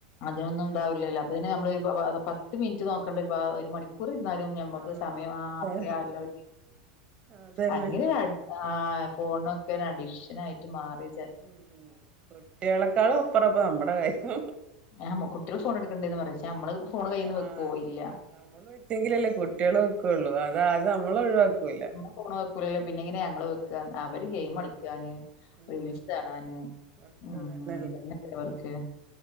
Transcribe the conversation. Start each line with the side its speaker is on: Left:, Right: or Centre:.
Left: അതിനൊന്നും ഉണ്ടാവില്ലല്ലോ അപ്പൊത്തന്നി നമ്മളൊരു പത്ത് മിനിറ്റ് നോക്കേണ്ട ഒരു ഒരു മണിക്കൂർ ഇരുന്നാലും ഞമ്മ നമ്മക്ക്
Right: ആഹ്
Left: സമയം മാത്രേ
Right: അതെ
Left: അല്ല ഇനി
Right: അതന്നെ
Left: അങ്ങനെ ആഹ് ഫോണൊക്കെ ഒരു അഡിക്ഷനായിട്ട് മാറി
Right: ഉം കുട്ടികളെക്കാളും അപ്പുറ നമ്മുടെ കാര്യം
Left: ആഹ് കുട്ടികൾ ഫോൺ എടുക്കണ്ടേന്ന് പറേം എച്ചാ നമ്മള് ഫോൺ
Right: അതെ
Left: കയ്യീന്ന് വെക്കുവോ
Right: ആഹ്
Left: ഇല്ല
Right: നമ്മള് വെച്ചങ്കിലല്ലേ കുട്ടികൾ വെക്കുള്ളു അതാദ്യം നമ്മൾ ഒഴിവാക്കൂല്ല
Left: ഇമ്മള് ഫോൺ വെക്കൂലല്ലോ പിന്നെങ്ങനാ ഞങ്ങള് വെ ക്കുക അവര്
Right: ഉം
Left: ഗെയിം കളിക്കാന്
Right: ഉം
Left: റീൽസ് കാണാന്
Right: ഒക്കെ
Left: ഉം
Right: തന്നെല്ലേ
Left: പിന്നെ അവർക്ക്